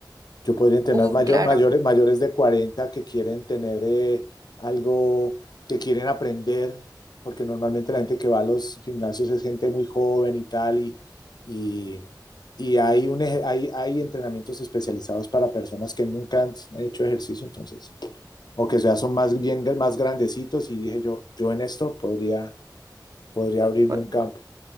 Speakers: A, on the left; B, on the right.
A: Yo podría entrenar
B: Uh,
A: mayor,
B: claro.
A: mayores, mayores de 40 que quieren tener eh, algo, que quieren aprender, porque normalmente la gente que va a los gimnasios es gente muy joven y tal, y, y, y hay, un, eje- hay, hay entrenamientos especializados para personas que nunca han hecho ejercicio, entonces, o que ya son más bien más grandecitos, y dije yo, yo en esto podría, podría abrirme
B: Bueno.
A: un campo.